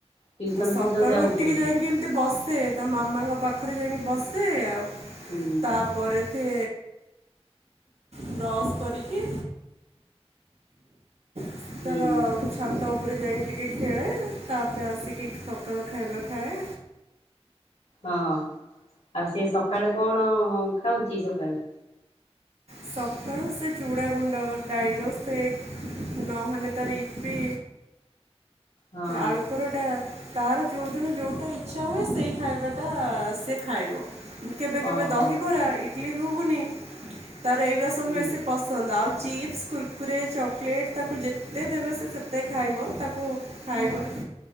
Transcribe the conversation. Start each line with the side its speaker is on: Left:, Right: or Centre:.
Left: ଟିଉସନ
Right: ସକାଳୁ
Left: ଫ୍ୟୁସନ ଯାଉଛି
Right: ଉଠିକି
Left: ବୋଧେ
Right: ଯାଇକି ଏମିତି ବସେ ତା ମାମାଙ୍କ ପାଖରେ ଯାଇକି ବସେ ଆଉ।
Left: ହୁଁ
Right: ତାପରେ ଥେ ବ୍ରସ୍ କରିକି ସେ
Left: ହୁଁ
Right: ତାର ଛାତ ଉପରେ ଯାଇଁକି ଟିକେ ଖେଳେ ତାପରେ ଆସିକି ସକାଳୁ ଖାଇବା ଖାଏ।
Left: ହଁ ଆଉ ସେ ସକାଳେ କଣ ଖାଉଛି ସକାଳେ?
Right: ସକାଳୁ ସେ ଚୁଡ଼ାଗୁଣ୍ଡ ଡାଇନୋସେକ୍ ନହେଲେ ତାର ଇପି
Left: ହଁ
Right: ଆଳୁ ପରଟା ତାର ଯେଉଦିନ ଯେଉଟା ଇଚ୍ଛା ହୁଏ ସେଇ ଖାଇବାଟା ସେ ଖାଇବ। କେବେ କେବେ
Left: ଓହୋ
Right: ଦହିବରା ଇଟିଲିି ଘୁଗୁନି ତାର ଏଇ ସବୁ
Left: ହୁଁ
Right: ବେଶୀ ପସନ୍ଦ ଆଉ ଚିପ୍ସ କୁରକୁରି ଚକ୍‌ଲେଟ୍ ତାକୁ ଯେତେ ଦେବେ ସେ ସେତେ ଖାଇବ ତାକୁ ଖାଇବା